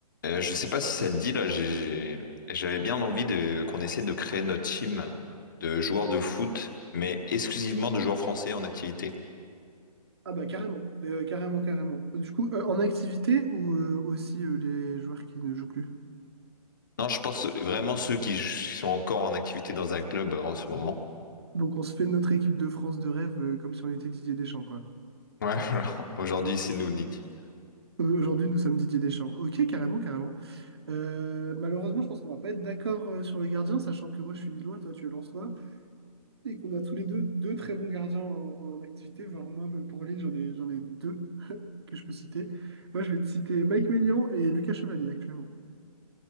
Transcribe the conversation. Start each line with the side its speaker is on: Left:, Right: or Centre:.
Left: Euh, je sais pas si ça te dit là, j'ai- j'avais bien envie de qu'on essaie de créer notre team de joueurs de foot, mais exclusivement de joueurs français en activité.
Right: Ah bah carrément, Euh, carrément, carrément. Du coup, euh, en activité ou euh, aussi euh, les joueurs qui ne jouent plus.
Left: Non, je pense vraiment ceux qui j- sont encore en activité dans un club euh, en ce moment.
Right: Donc on se fait notre équipe de France de rêve euh, comme si on était Didier Deschamps, quoi.
Left: Ouais, <laughs> voilà. Aujourd'hui, c'est nous, Lydie.
Right: Euh, aujourd'hui, nous sommes Didier Deschamps. Ok, carrément, carrément. Euh, malheureusement, je pense qu'on va pas être d'accord euh, sur les gardiens, sachant que moi je suis Lillois, toi tu es Lensois, et qu'on a tous les deux deux très bons gardiens en, en activité, voire moi même pour Lille, j'en ai, j'en ai deux que je peux citer. Moi je vais te citer Mike Maignan et Lucas Chevalier actuellement.